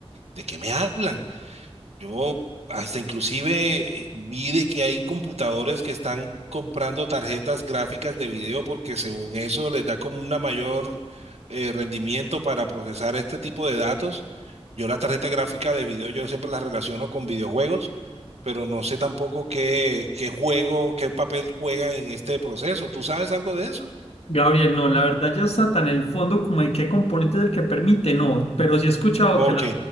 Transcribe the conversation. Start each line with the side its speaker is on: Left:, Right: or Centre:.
Right: ¿de qué me hablan? Yo hasta inclusive eh, vi de que hay computadores que están comprando tarjetas gráficas de video porque según eso les da como una mayor eh, rendimiento para procesar este tipo de datos. Yo la tarjeta gráfica de video yo siempre la relaciono con videojuegos, pero no sé tampoco qué, qué juego, qué papel juegan en este proceso. ¿Tú sabes algo de eso?
Left: Gabriel, no, la verdad ya está tan en el fondo como de qué componente es el que permite, no, pero sí he escuchado
Right: Ok,
Left: que las,